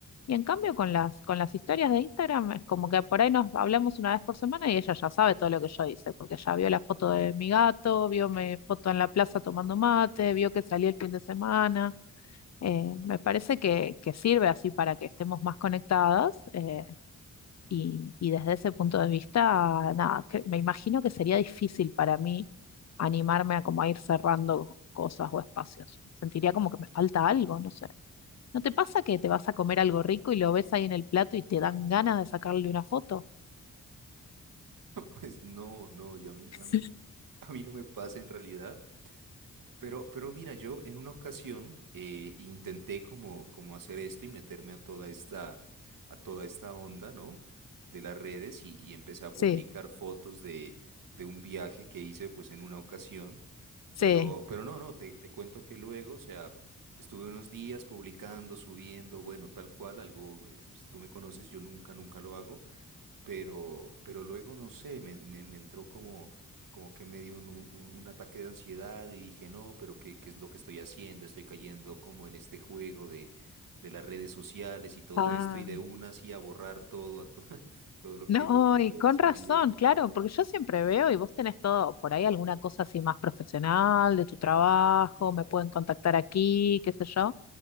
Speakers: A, on the left (about 55°); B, on the right (about 80°).
A: Y en cambio con las, con las historias de Instagram es como que por ahí nos hablamos una vez por semana y ella ya sabe todo lo que yo hice, porque ya vio la foto de mi gato, vio mi foto en la plaza tomando mate, vio que salí el fin de semana. Eh, me parece que, que sirve así para que estemos más conectadas eh, y, y desde ese punto de vista, nada, que- me imagino que sería difícil para mí animarme a como a ir cerrando cosas o espacios. Sentiría como que me falta algo, no sé. ¿No te pasa que te vas a comer algo rico y lo ves ahí en el plato y te dan ganas de sacarle una foto?
B: Pues no, no, yo a mí,
A: <laughs>
B: a mí, a mí no me pasa en realidad. Pero, pero mira, yo en una ocasión eh, intenté como, como hacer esto y meterme a toda esta, a toda esta onda, ¿no? De las redes y, y empecé a
A: Sí,
B: publicar fotos de, de un viaje que hice pues en una ocasión.
A: sí.
B: Pero, pero no, no, te, te cuento que luego, o sea, estuve unos días publicando, subiendo, bueno, tal cual, algo, es- pues, tú me conoces, yo nunca, nunca lo hago pero, pero luego, no sé, me, me, me entró como, como que me dio un, un- un- ataque de ansiedad y dije, no, pero ¿qué, qué es lo que estoy haciendo? Estoy cayendo como en este juego de, de las redes sociales y todo
A: Ah,
B: esto y de una así a borrar todo, a todo, <laughs> todo lo
A: no,
B: que, lo, que- lo
A: y
B: que haya
A: con
B: subido,
A: razón,
B: compartido.
A: claro, porque yo siempre veo y vos tenés todo, por ahí alguna cosa así más profesional de tu trabajo, me pueden contactar aquí, qué sé yo,